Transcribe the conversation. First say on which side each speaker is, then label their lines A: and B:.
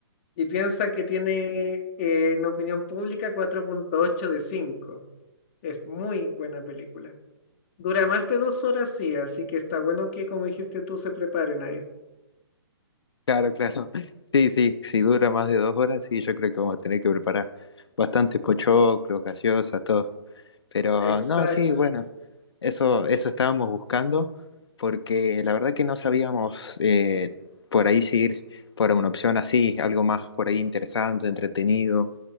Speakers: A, on the left (about 30°); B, on the left (about 85°).
A: Y piensa que tiene eh, en opinión pública cuatro punto ocho de 5. Es muy buena película. Dura más de dos horas, sí, así que está bueno que, como dijiste tú, se preparen ahí.
B: Claro, <laughs> claro. Sí, sí, si dura más de dos horas, sí, yo creo que vamos a tener que preparar bastantes pochoclos, gaseosas, todo. Pero
A: Exacto,
B: no, sí, bueno,
A: sí.
B: eso, eso estábamos buscando porque la verdad que no sabíamos eh, por ahí si ir por una opción así, algo más por ahí interesante, entretenido,